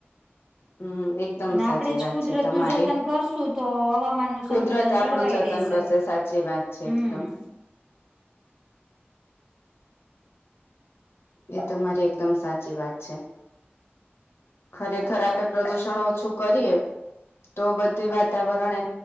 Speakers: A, on the left; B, on the right.
A: હમ એકદમ
B: અને આપડે
A: સાચી
B: જ
A: વાત
B: કુદરત
A: છે તમારી.
B: નું જતન કરશું તો હવામાન નું
A: કુદરત
B: સંતુલન
A: આપડું
B: જળવાય
A: જતન
B: રહેશે
A: કરશે સાચી વાત છે
B: હમ
A: એકદમ. એ તમા મારી એકદમ સાચી વાત છે. ખરેખર
B: સાચી
A: આપડે પ્રદુષણ ઓછું કરીએ તો બધી વાતાવરણ એ